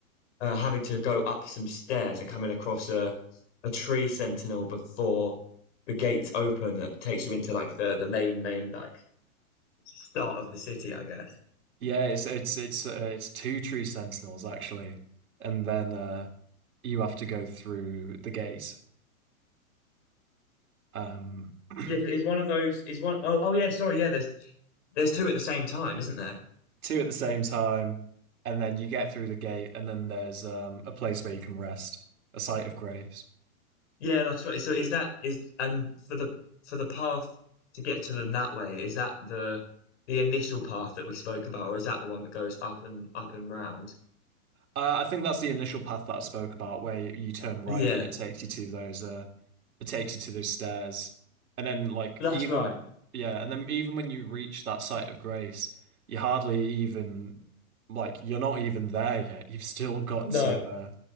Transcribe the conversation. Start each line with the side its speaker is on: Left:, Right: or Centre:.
Left: uh, having to go up some stairs and coming across a a tree sentinel before the gates open that takes you into like the the main main like start of the city I guess
Right: Yeah, it's it's it's uh, it's two tree sentinels actually, and then uh you have to go through the gate, um <clears throat>
Left: Yes, it's one of those. Is one oh oh yeah. Sorry, yeah. There's there's two at the same time, isn't there?
Right: two at the same time, and then you get through the gate, and then there's um a place where you can rest, a site of grace.
Left: Yeah, that's right. So is that is and for the for the path to get to them that way, is that the the initial path that we spoke about, or is that the one that goes up and up and round?
Right: Uh, I think that's the initial path that I spoke about, where you, you turn right
Left: Yeah,
Right: and it takes you to those uh, it takes you to those stairs, and then like
Left: that's
Right: even
Left: right.
Right: yeah, and then even when you reach that site of grace, you hardly even like you're not even there yet. You've still got
Left: No.
Right: to uh,